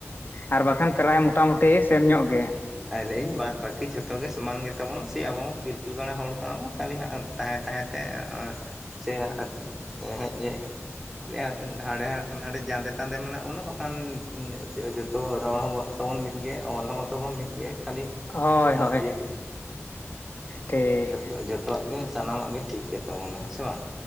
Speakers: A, on the left; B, in the centre.
A: ᱟᱨ ᱵᱟᱠᱷᱟᱱ ᱯᱨᱟᱭ, ᱢᱚᱴᱟᱢᱩᱴᱤ ᱥᱮᱢ ᱧᱚᱜ ᱜᱮ,
B: ᱟᱞᱟᱹᱭᱤᱧ ᱵᱟᱫᱽ ᱵᱟᱹᱠᱤ ᱡᱷᱚᱛᱚ ᱜᱮ ᱥᱚᱢᱟᱱ ᱜᱮᱛᱟᱵᱚᱱᱟ ᱥᱮ ᱟᱵᱚ ᱯᱤᱞᱪᱩ ᱜᱟᱲᱟ ᱦᱚᱲ ᱠᱟᱱᱟ ᱵᱚᱱ ᱠᱷᱟᱹᱞᱤ ᱦᱟᱸᱜ, ᱛᱟᱦᱮᱸ ᱛᱟᱦᱮᱸ ᱛᱮ ᱥᱮ ᱦᱟᱸᱜ ᱦᱮᱸᱜᱻᱦᱮᱸᱜ ᱦᱟᱸᱰᱮ ᱦᱟᱸᱰᱮ ᱡᱟᱸᱫᱮ ᱛᱟᱸᱫᱮ ᱢᱮᱱᱟᱜ ᱵᱚᱱᱟ ᱵᱟᱠᱷᱟᱱ ᱡᱚᱻᱡᱚᱛᱚ ᱨᱚᱲ ᱦᱚᱸ, ᱛᱟᱵᱚᱱ ᱢᱤᱫᱜᱮ ᱚᱞ ᱦᱚᱸ ᱛᱵᱚᱱ ᱢᱤᱫ, ᱜᱮ ᱠᱷᱟᱹᱞᱤ
A: ᱦᱳᱭ
B: ᱱᱚᱣᱟ
A: ᱦᱳᱭ
B: ᱤᱭᱟᱹ ᱜᱮ‌
A: ᱴᱷᱤᱠ
B: ᱡᱷᱚᱛᱚ ᱡᱷᱚᱛᱚᱣᱟᱜ, ᱜᱮ ᱥᱟᱱᱟᱢᱟᱜ ᱜᱮ ᱴᱷᱤᱠ ᱜᱮᱛᱟᱵᱚᱱᱟ ᱥᱮ ᱵᱟᱝ᱾